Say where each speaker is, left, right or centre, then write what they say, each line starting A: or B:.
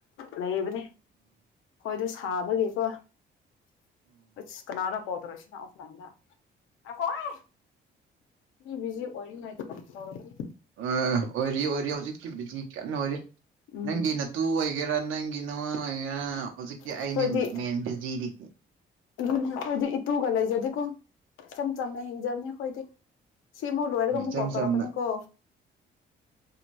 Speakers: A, on the left (about 85°); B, on the right (about 85°).
A: ꯂꯩꯕꯅꯦ ꯈꯣꯏꯗꯣ ꯁꯥꯕꯒꯤꯀꯣ ꯑꯁ ꯀꯅꯥꯔ ꯀꯣꯜ ꯇꯧꯔꯛꯏꯁꯤꯅ ꯑꯣꯐꯂꯥꯏꯟꯗ ꯉꯥꯏꯈꯣꯍꯦ ꯃꯤ ꯕꯤꯖꯤ ꯑꯣꯏꯔꯤꯉꯩꯗ ꯇꯧꯔꯛꯀꯅꯤ
B: ꯑꯥ ꯑꯣꯏꯔꯤ ꯑꯣꯏꯔꯤ ꯍꯧꯖꯤꯛꯇꯤ ꯕꯤꯖꯤ ꯀꯥꯟꯅ ꯑꯣꯏꯔꯤ
A: ꯎꯝ
B: ꯅꯪꯒꯤ ꯇꯨ ꯑꯣꯏꯒꯦꯔꯥ ꯅꯪꯒꯤ ꯅꯋꯥ ꯑꯣꯏꯒꯦꯔꯥ ꯍꯧꯖꯤꯛꯇꯤ
A: ꯑꯩꯈꯣꯏꯗꯤ
B: ꯑꯩꯅꯦ ꯃꯦꯟ ꯕꯤꯖꯤꯗꯤ
A: ꯑꯗꯨꯅꯦ ꯑꯈꯣꯏꯗꯤ ꯏꯇꯨꯒ ꯂꯩꯖꯗꯦꯀꯣ ꯏꯆꯝ ꯆꯝꯅ ꯍꯤꯡꯖꯕꯅꯤ ꯑꯈꯣꯏꯗꯤ ꯁꯤꯃꯨꯛ ꯂꯣꯏꯔꯒ
B: ꯍꯣꯏ
A: ꯑꯃꯨꯛ
B: ꯏꯆꯝ
A: ꯀꯣꯜ ꯇꯧꯔꯛꯀꯅꯤ
B: ꯆꯝꯅ
A: ꯀꯣ